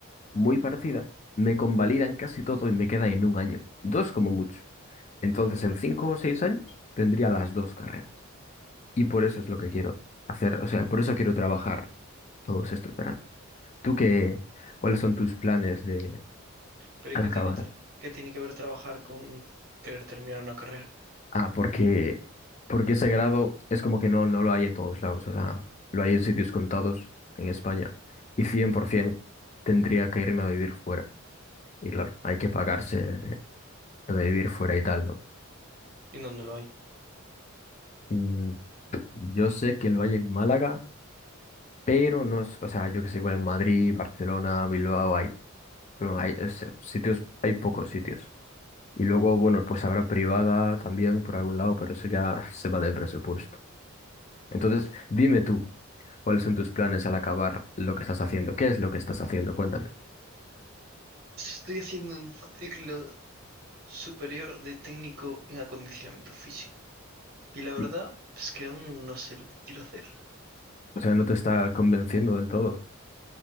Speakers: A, on the left; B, on the right.
A: muy parecida, me convalidan casi todo y me queda en un año, dos como mucho. Entonces, en cinco o seis años tendría las dos carreras. Y por eso es lo que quiero hacer, o sea, por eso quiero trabajar todos estos veranos. ¿Tú qué, cuáles son tus planes de
B: Pero
A: al
B: ¿y qué
A: acabar?
B: tiene, tra- qué tiene que ver trabajar con querer terminar una carrera?
A: Ah, porque, porque ese grado es como que no, no lo hay en todos lados, o sea, lo hay en sitios contados en España. Y 100% tendría que irme a vivir fuera. Y claro, hay que pagarse lo de vivir fuera y tal, ¿no?
B: ¿Y dónde lo hay?
A: Mm, Yo sé que lo hay en Málaga, pero no, es- o sea, yo que sé, igual en Madrid, Barcelona, Bilbao hay, pero hay es- sitios, hay pocos sitios. Y luego, bueno, pues habrá privada también por algún lado, pero eso ya se va del presupuesto. Entonces, dime tú, ¿cuáles son tus planes al acabar lo que estás haciendo? ¿Qué es lo que estás haciendo? Cuéntame.
B: Estoy haciendo un ciclo superior de técnico en acondicionamiento físico. Y la verdad
A: Y-
B: es que aún no sé lo que quiero hacer.
A: O sea, ¿no te está convenciendo del todo?